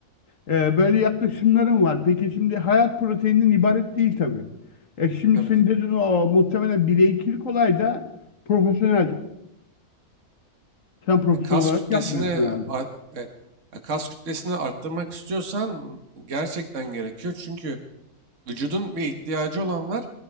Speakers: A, on the left; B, on the right.
A: E, böyle yaklaşımlarım var. Peki şimdi hayat proteininden ibaret değil tabii. E, şimdi
B: Tabii
A: senin
B: de
A: dedin o muhtemelen bireykilik olay da profesyonel. Sen profesyonel
B: E, kas
A: olarak
B: kütlesini
A: yapmıyorsun herhalde.
B: art- e, e, kas kütlesini arttırmak istiyorsan gerçekten gerekiyor. Çünkü Vücudun bir ihtiyacı olan var.